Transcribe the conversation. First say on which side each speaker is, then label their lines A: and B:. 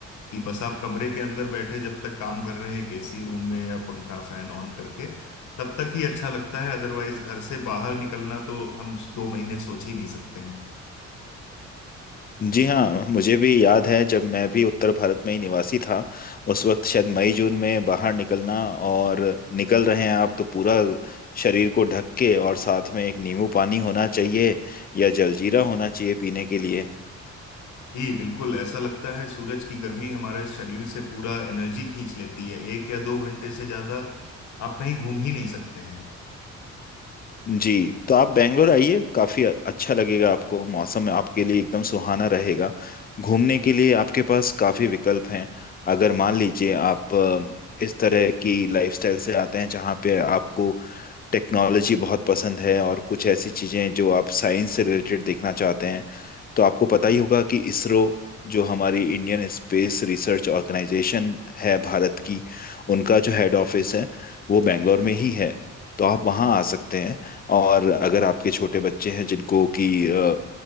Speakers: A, on the left; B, on the left.
A: कि बस आप कमरे के अंदर बैठे जब तक काम कर रहे हैं एक एसी रूम में या पंखा फैन ऑन करके तब तक ही अच्छा लगता है अदरवाइज घर से बाहर निकलना तो हम दो महीने सोच ही नहीं सकते
B: जी हाँ मुझे भी याद है जब मैं भी उत्तर भारत में ही निवासी था उस वक्त शायद मई जून में बाहर निकलना और निकल रहे हैं आप तो पूरा शरीर को ढक के और साथ में एक नींबू पानी होना चाहिए या जलजीरा होना चाहिए पीने के लिए
A: जी बिल्कुल ऐसा लगता है सूरज की गर्मी हमारे शरीर से पूरा एनर्जी खींच लेती है एक या दो घंटे से ज्यादा आप कहीं घूम ही नहीं सकते हैं
B: जी तो आप बैंगलोर आइए काफी अच्छा लगेगा आपको मौसम आपके लिए एकदम सुहाना रहेगा घूमने के लिए आपके पास काफी विकल्प हैं अगर मान लीजिए आप अ, इस तरह की लाइफस्टाइल से आते हैं जहाँ पे आपको टेक्नोलॉजी बहुत पसंद है और कुछ ऐसी चीजें जो आप साइंस से रिलेटेड देखना चाहते हैं तो आपको पता ही होगा कि इसरो जो हमारी इंडियन स्पेस रिसर्च ऑर्गेनाइजेशन है भारत की उनका जो हेड ऑफिस है वो बैंगलोर में ही है तो आप वहाँ आ सकते हैं और अगर आपके छोटे बच्चे हैं जिनको कि अ,